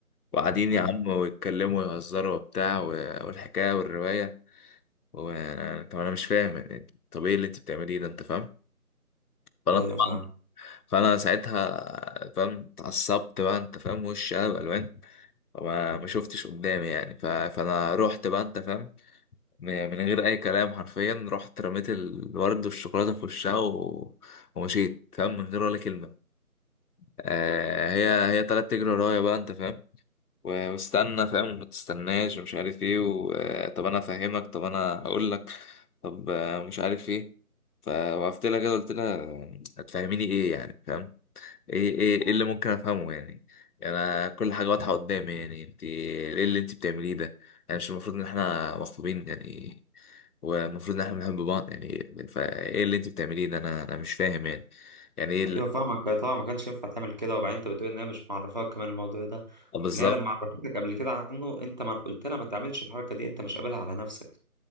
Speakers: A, on the left; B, on the right.
A: وقاعدين
B: ايوه
A: يا عم ويتكلموا ويهزروا وبتاع و- والحكايه والروايه و- طب انا مش فاهم يعني طب ايه اللي انت بتعمليه ده انت فاهم فانا
B: ايوه
A: طبعا
B: فاهم
A: فانا ساعتها فاهم اتعصبت بقى انت فاهم وشي قلب الوان وما ما شفتش قدامي يعني ف... فانا رحت بقى انت فاهم م- من غير اي كلام حرفيا رحت رميت الورد والشوكولاته في وشها و... ومشيت فاهم من غير ولا كلمه آه هي هي طلعت تجري ورايا بقى انت فاهم و- واستنى فاهم وما تستناش ومش عارف ايه و... آه، طب انا افهمك طب انا اقول لك طب آه، مش عارف ايه فوقفت لها كده قلت لها آه، هتفهميني ايه يعني فاهم ايه ايه إيه اللي ممكن افهمه يعني يعني انا كل حاجه واضحه قدامي يعني انت ايه اللي انت بتعمليه ده يعني مش المفروض ان احنا مخطوبين يعني والمفروض ان احنا بنحب بعض يعني فايه اللي انت بتعمليه ده انا انا مش فاهم يعني يعني ايه ال-
B: ايوه فاهمك طبعا ما كانش ينفع تعمل كده وبعدين انت بتقول ان هي مش معرفاك كمان الموضوع ده
A: آه، بالظبط
B: ان هي لما عرفتك قبل كده عنه انت ما قلت لها ما تعملش الحركه دي انت مش قابلها على نفسك